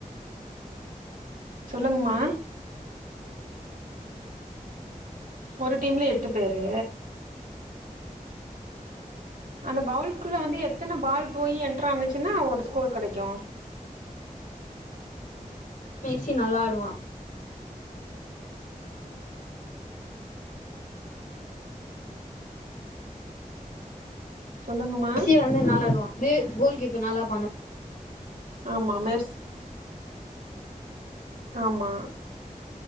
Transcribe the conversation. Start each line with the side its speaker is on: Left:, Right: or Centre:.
Right: சொல்லுங்மா ஒரு டீம்ல எட்டு பேரு அந்த பவுல்குள்ள வந்து எத்தன பால் போய் என்டர் ஆனுச்சுன்னா ஒரு ஸ்கோர் கெடைக்கு
Left: பேசி நல்லாடுவா
Right: சொல்லுங்கமா
Left: சி வந்து நல்லாடுவா இது கோல் கீப்பர் நல்லா பண்ணு
Right: ஆமா மெர்ஸ் ஆமா